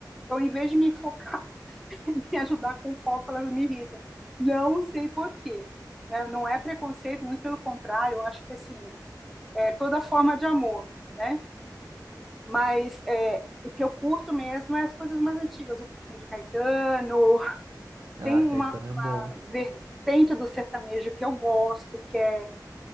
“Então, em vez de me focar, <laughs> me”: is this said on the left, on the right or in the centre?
Centre